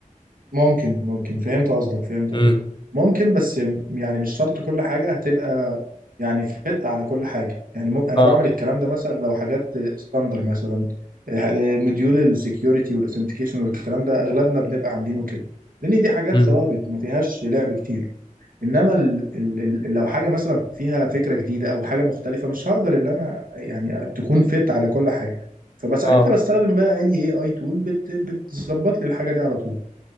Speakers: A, on the right (about 80°); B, on the left (about 35°).
A: ممكن ممكن فهمت قصدك فهمت
B: امم
A: قصدك ممكن بس يعني مش شرط كل حاجة هتبقى يعني فت على كل حاجة يعني ممكن أنا
B: اه
A: بعمل الكلام ده مثلا لو حاجات ستاندر مثلا آه، مديول السكيورتي والاثنتيكيشن والكلام ده أغلبنا بنبقى عاملينه كده لأن دي حاجات
B: امم
A: ثوابت ما فيهاش لعب كتير إنما ال ال ال- لو حاجة مثلا فيها فكرة جديدة أو حاجة مختلفة مش هقدر إن أنا يعني تكون فت على كل حاجة فبساعتها
B: اه
A: بستخدم بقى أي AI تول بت بتظبط لي الحاجة دي على طول